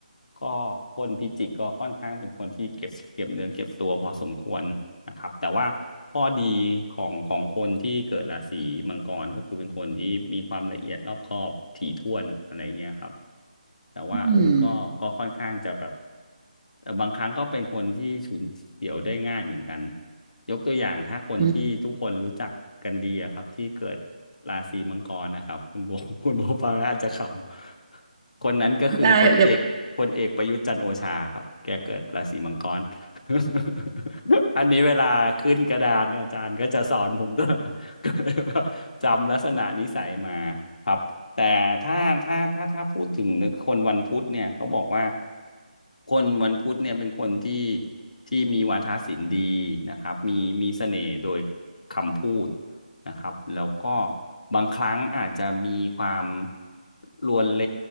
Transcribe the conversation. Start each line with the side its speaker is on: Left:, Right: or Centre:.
Left: ก็คนพิจิกก็ค่อนข้างเป็นคนที่เก็บเก็บเนื้อเก็บตัวพอสมควรนะครับแต่ว่าข้อดีของของคนที่เกิดราศีมังกรก็คือเป็นคนที่มีความละเอียดรอบคอบถี่ถ้วนอะไรเงี้ยครับแต่ว่าเออก็ก็ค่อนข้างจะแบบ
Right: อืม
Left: เอ่อบางครั้งก็เป็นคนที่ฉุนเฉียวได้ง่ายเหมือนกันยกตัวอย่างถ้าคนที่ทุกคนรู้จักกันดีอะครับที่เกิด
Right: อืม
Left: ราศีมังกรนะครับคุณโบ <laughs> คุณโบฟังแล้วอาจจะขำคนนั้นก็คือพลเอกพลเอกประยุทธ์จันทร์โอชาครับแกเกิดราศีมังกร
Right: ได้เดี๋ยวก็
Left: <laughs> อันนี้เวลาขึ้นกระดานเนี่ยอาจารย์ก็จะสอนผมตลอด <laughs> ก็เลยแบบจำลักษณะนิสัยมาครับ แต่ถ้าถ้าถ้าถ้าพูดถึงคนวันพุธเนี่ยเขาบอกว่าคนวันพุธเนี่ยเป็นคนที่ที่มีวาทศิลป์ดีนะครับมีมีเสน่ห์โดยคำพูด นะครับแล้วก็บางครั้งอาจจะมีความลวนเล